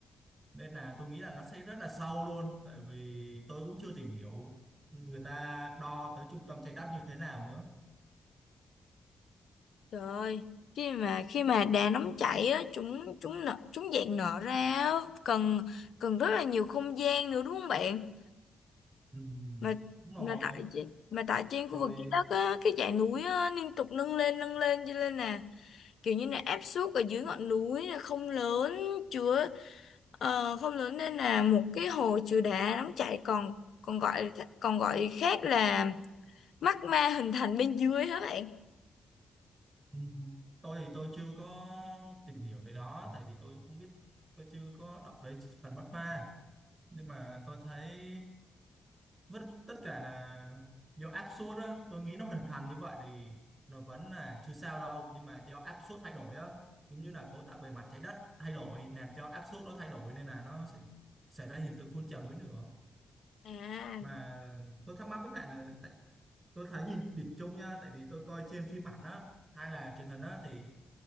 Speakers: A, on the right (about 25°); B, on the left (about 70°).
A: nên là tôi nghĩ là nó sẽ rất là sâu luôn tại vì tôi cũng chưa tìm hiểu người ta đo tới trung tâm trái đất như thế nào nữa
B: Trời ơi, khi mà khi mà đà nóng chảy á, chúng chúng nở, chúng dạng nở ra á, cần cần rất là nhiều không gian nữa đúng không bạn?
A: Ừ.
B: Mà
A: đúng rồi
B: mà tại trên- mà tại trên khu
A: rồi
B: vực trái đất á, cái dãy núi á, liên tục nâng lên nâng lên cho nên là kiểu như là áp suất ở dưới ngọn núi là không lớn chứa ờ, không lớn nên là một cái hồ chứa đá nóng chảy còn còn gọi còn gọi khác là magma hình thành bên dưới hả bạn?
A: Ừ. tôi thì tôi chưa có tìm hiểu tới đó tại vì tôi không biết tôi chưa có đọc tới phần bắt ma nhưng mà tôi thấy vẫn tất cả là do áp suất á tôi nghĩ nó hình thành như vậy thì nó vẫn là chưa sao đâu nhưng mà do áp suất thay đổi á giống như là cấu tạo bề mặt trái đất thay đổi làm cho áp suất nó thay đổi nên là nó sẽ xảy ra hiện tượng phun trào núi lửa
B: À
A: mà tôi thắc mắc với bạn là tại, tôi thấy nhìn điểm chung nha tại vì tôi coi trên phim ảnh á hay là truyền hình á thì